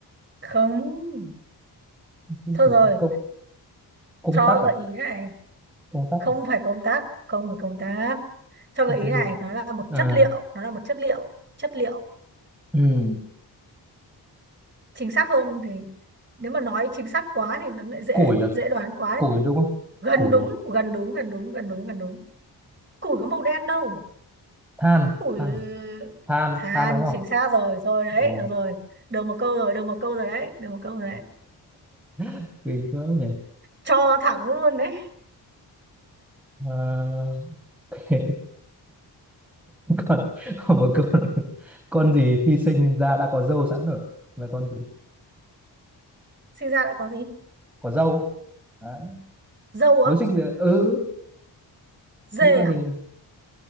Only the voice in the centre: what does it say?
cái
gì
công công
tắc
à
công tắc
à
Hay
cái
gì
Ờ,
ừ.
củi à?
củi đúng không
củi
à?
than
than
à? than
than đúng không
ờ...
<laughs> kinh quá nhỉ
ờ... <laughs> còn còn một câu nữa con gì khi sinh ra đã có râu sẵn rồi là con gì
có râu đấy
mới
sinh ra ừ
nghĩ con gì